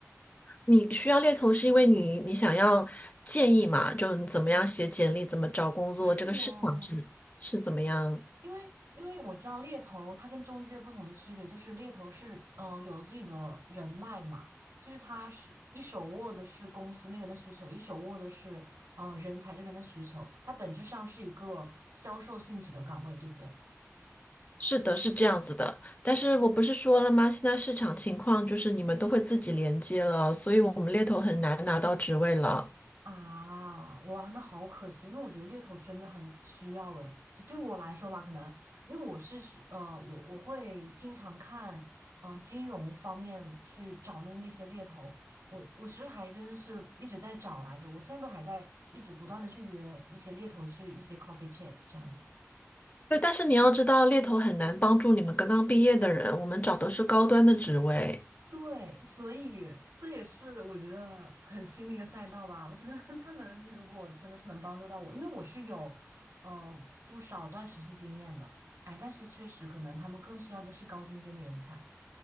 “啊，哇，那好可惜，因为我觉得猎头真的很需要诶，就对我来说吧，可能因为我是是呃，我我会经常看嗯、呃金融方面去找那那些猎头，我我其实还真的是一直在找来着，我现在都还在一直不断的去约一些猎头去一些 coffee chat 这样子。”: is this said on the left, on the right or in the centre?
Right